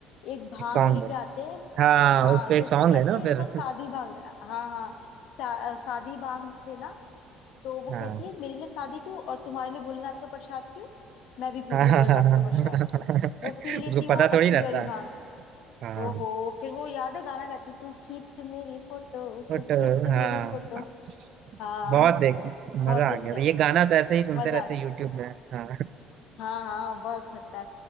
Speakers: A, on the left; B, on the right.
A: एक भांग
B: एक सॉन्ग
A: लेके
B: है
A: आते हैं
B: हाँ
A: हाँ
B: उस पे
A: तो
B: एक
A: उससे
B: सॉन्ग
A: कहते
B: है ना
A: हैं इनको
B: फिर
A: शादी भांग हाँ हाँ शा- शादी भांग देना तो वो
B: हाँ
A: कहती है मेरे लिए शादी क्यों और तुम्हारे लिए भोलेनाथ का प्रसाद क्यों
B: <laughs>
A: मैं भी पीऊंगी
B: हाँ हाँ
A: भोलेनाथ
B: हाँ हाँ।
A: का प्रसाद
B: <laughs>
A: वो पी लेती
B: उसको
A: वो
B: पता
A: असली
B: थोड़ी रहता
A: वाली भांग
B: है हाँ
A: ओहो फिर वो याद है गाना गाती तू खींच मेरी फोटो तू
B: बट
A: खींच
B: हाँ
A: मेरी फोटो हाँ
B: बहुत देख
A: बहुत
B: मजा
A: ही
B: आ
A: अच्छा
B: गया ये गाना तो ऐसे ही सुनते
A: मजा
B: रहते
A: आ गया
B: यूट्यूब में हाँ
A: हाँ हाँ बहुत अच्छा लगता है